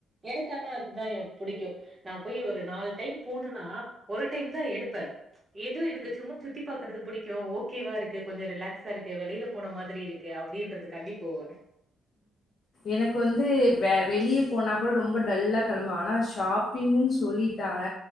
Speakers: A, on the right (about 25°); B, on the left (about 45°).
A: எனக்கனா அதுதா புடிக்கும் நான் போய் ஒரு நாலு டைம் போனும்னா ஒரு டைம் தா எடுப்பே ஏது எனக்கு சும்மா சுத்தி பாரக்குறது பிடிக்கு ஓகேவா இருக்கு கொஞ்சோ ரிலாக்ஸா இருக்கு வெளியில போன மாதிரி இருக்கு அப்படின்றதுகான்டி போவே
B: எனக்கு வந்து வ வெளிய போனா கூட ரொம்ப டல்லா கிளம்ப ஆனா ஷாப்பிங்ன்னு சொல்லிட்டாங்க